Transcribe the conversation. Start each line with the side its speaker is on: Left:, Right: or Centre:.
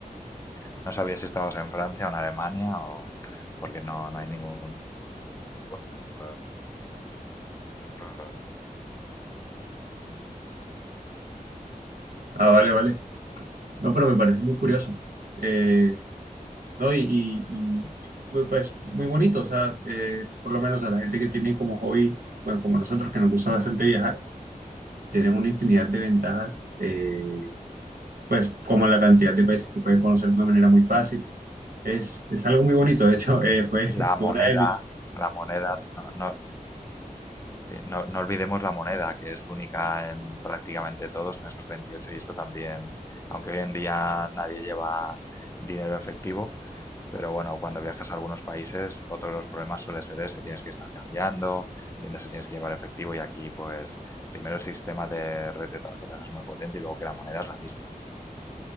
Left: no sabía si estabas en Francia o en Alemania o porque no, no hay ningún tipo de control.
Right: Ah, vale, vale. No, pero me parece muy curioso. Eh, no, y, y- y, y, pues muy bonito, o sea, eh, por lo menos a la gente que tiene como hobby, bueno, como nosotros que nos gusta bastante viajar, tienen una infinidad de ventajas. eh, pues como la cantidad de países que pueden conocer de una manera muy fácil, es, es algo muy bonito. De hecho, <laughs> eh, fue,
Left: La
Right: fue
Left: moneda,
Right: una de mis...
Left: la moneda, no, no, sí, no- no olvidemos la moneda, que es única en prácticamente todos, en esos 28 y eso también, aunque hoy en día nadie lleva dinero efectivo, pero bueno, cuando viajas a algunos países, otro de los problemas suele ser ese, tienes que estar cambiando, viendo si tienes que llevar efectivo, y aquí pues primero el sistema de red de tarjetas es muy potente y luego que la moneda es la misma.